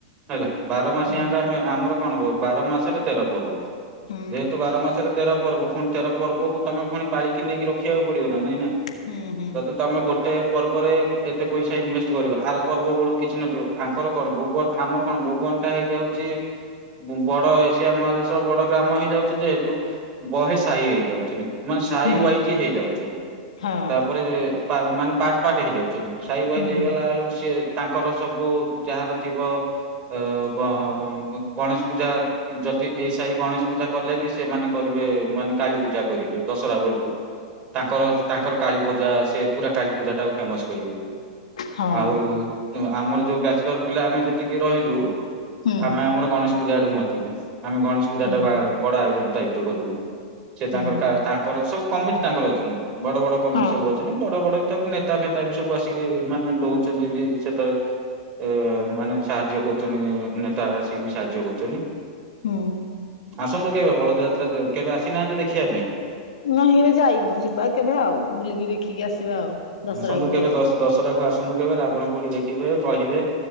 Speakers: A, on the right; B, on the left.
A: ହେଲା, ବାର ମାସି
B: ହୁଁ
A: ଆଙ୍କ ଆମେ ଆମର କଣ ହବ ବାର ମାସରେ ତେର ପର୍ବ।
B: ହୁଁ
A: ଯେହେତୁ ବାର ମାସରେ ତେର ପର୍ବ ପୁଣି ତେର ପର୍ବକୁ ତମେ ପୁଣି ପାଳିକି ନେଇକି ରଖିବାକୁ ପଡିବ ନା ନାଇଁ ନା?
B: ହୁଁ ହୁଁ
A: ଯଦି ତମେ ଗୋଟେ ପର୍ବରେ ଏତେ ପଇସା ଇନଭେଷ୍ଟ କରିବ, ଆର ପର୍ବ ବେଳକୁ କିଛି ନଥିବ। ଆଙ୍କର କଣ ଭୁବନ ଆମର କଣ ଭୁବନ। ଟା ହେଇଯାଉଚି, ବଁ ବଡ ଏସିଆ ମହାଦେଶ ବଡ ଗ୍ରାମ ହେଇଯାଉଚି ଯେହେତୁ ବହେ ସାହି ହେଇଯାଉଚନ୍ତି, ମାନେ ସହି
B: ହୁଁ
A: ୱାଇଚ ହେଇଯାଉଚନ୍ତି।
B: ହଁ
A: ତାପରେ ପା ମାନେ ପାଟ ପାଟ ହେଇଯାଉଚନ୍ତି, ସାଇ ୱାଇ
B: ହୁଁ
A: ଯାଇଗଲାଳେକୁ ସିଏ ତାଙ୍କର ସବୁ ଯାହାର ଥିବ ଅଁ- ଗଁ ଗଣେଶ ପୂଜା ଯଦି ଏ ସାଇ ଗଣେଶ ପୂଜା କଲେନି ସେମାନେ କରିବେ ମାନେ କାଳୀ ପୂଜା କରିବେ ଦଶହରା ବେଳୁକୁ। ତାଙ୍କର ତାଙ୍କର କାଳୀପୂଜା ସେ ପୁରା କାଳୀ ପୂଜା ଟାକୁ ଫେମସ କରିବେ।
B: ହଁ
A: ଆଉ ଉଁ ଆମର ଯୋଉ ବ୍ୟାଚଲର ପିଲା ଆମେ ଯେତିକି ରହିଲୁ
B: ହୁଁ
A: ଆମେ ଆମର ଗଣେଶ ପୂଜା ଆଡକୁ ମାତିବୁ। ଆମେ ଗଣେଶ ପୂଜାଟାକୁ
B: ହୁଁ
A: ଆ ବଡ ଆୟୋଜନ ଟାଇପର କରିବୁ। ସେ
B: ହୁଁ
A: ତାଙ୍କର କା ତାଙ୍କର ସବୁ କମିଟି ତାଙ୍କର ଅଛନ୍ତି। ବଡ ବଡ କମିଟି
B: ହଁ
A: ସବୁ ଅଛନ୍ତି ବଡ ବଡ ତାପରେ ନେତା ଫେତା ବି ସବୁ ଆସିକି ମାନେ ଦଉଛନ୍ତି ବି ସେଥି ଏ ମାନେ ସାହାଯ୍ୟ କରୁଛନ୍ତି ନେତା ଆସିକି ବି ସାହାଯ୍ୟ କରୁଛନ୍ତି।
B: ହୁଁ।
A: ଆସନ୍ତୁ କେବେ, ବଳଦ ଯାତ୍ରା କେବେ ଆସିନାହାନ୍ତି ଦେଖିବା ପାଇଁ?
B: ନାହିଁ ଏବେ ଯାଇନୁ ଯିବା କେବେ ଆଉ ବୁଲିକି ଦେଖିକି ଆସିବା ଆଉ ଦଶହରାକୁ
A: ଆସନ୍ତୁ କେବେ
B: ଆଉ
A: ଦଶ ଦଶହରାକୁୁ ଆସନ୍ତୁ କେବେ? ରାବଣ ପୋଡ଼ି ଦେଖିବେ ରହିବେ